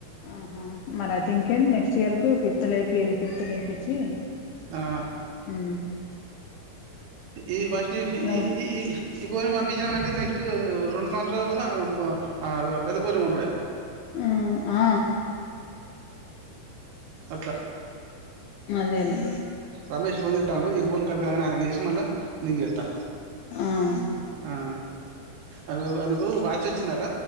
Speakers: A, on the left (about 80°); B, on the right (about 85°).
A: ఆహా మరి అయితేఇంకేం నెక్స్ట్ ఇయర్ కు ఫిఫ్త్ లో ఎపిరి ఫిఫ్త్ లో ఎపిచి
B: ఆ
A: హ్మ్
B: ఈ ఫస్ట్ ఈ ఈ
A: కూడా
B: ఈ ఈ పోరోని పంపించినమ అంటే నెక్స్ట్ రెండు <unintelligible> పెద్ద పోరు పంపుడే
A: ఆ ఆ
B: అట్లా
A: అదేలే
B: రమేష్ ఫోన్ చేతాండు ఇఫ్ కట్ గాకనే ఆయన కి చేసి మళ్ళా నీకు చేతా
A: ఆ
B: ఆ అవ్ అవ్ ఆయనకు వాచ్ వచ్చిందట